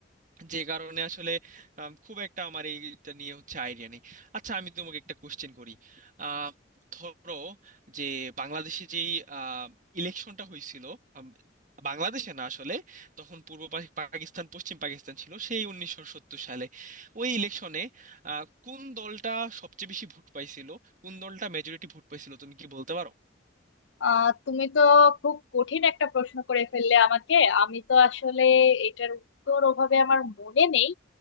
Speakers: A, on the right (about 40°); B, on the left (about 70°).
A: যে কারণে আসলে আম, খুব একটা আমার এইটা নিয়ে হচ্ছে আইডিয়া নেই আচ্ছা আমি তোমাকে একটা কোশ্চেন করি আহ, ধরো যে বাংলাদেশে যেই ইলেকশনটা হয়েছিল আম, বাংলাদেশে না আসলে তখন পূর্ব পাক- পাকিস্তান পশ্চিম পাকিস্তান ছিল সেই উনিশশো সত্তর সালে ওই ইলেকশনে কোন দলটা সবচেয়ে বেশি ভোট পাইছিল কোন দলটা মেজরিটি ভোট পাইছিল তুমি কি বলতে পারো
B: আহ তুমি তো খুব কঠিন একটা প্রশ্ন করে ফেললে আমাকে আমি তো আসলে এটার উত্তর ওভাবে আমার মনে নেই